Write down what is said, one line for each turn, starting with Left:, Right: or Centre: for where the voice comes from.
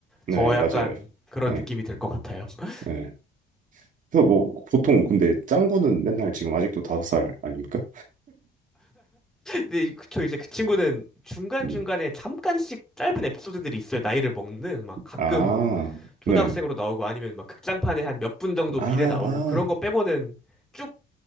Right: 네,
Centre: 더
Right: 맞아요.
Centre: 약간 그런
Right: 네,
Centre: 느낌이 들 것 같아요. <laughs>
Right: 네. 그래서 뭐 보통 근데 짱구는 맨날 지금 아직도 다섯 살 아닙니까?
Centre: 근데 그쵸 이제 그 친구는 중간
Right: 음.
Centre: 중간에 잠깐씩 짧은 에피소드들이 있어요. 나이를 먹는 막 가끔
Right: 아,
Centre: 초등학생으로
Right: 네.
Centre: 나오고 아니면 막 극장판에 한 몇 분 정도
Right: 아,
Centre: 미래 나오고
Right: 아.
Centre: 그런 거 빼고는. 쭉